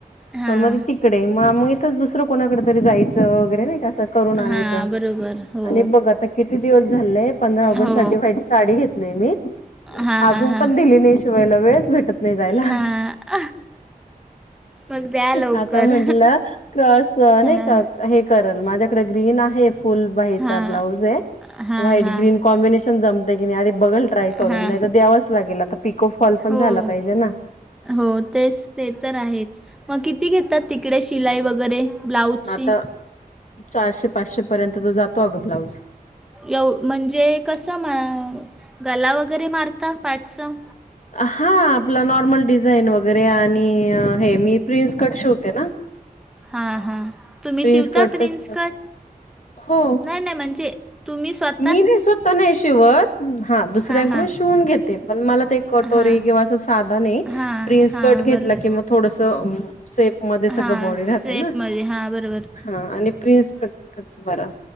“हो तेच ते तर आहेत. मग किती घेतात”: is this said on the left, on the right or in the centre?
Centre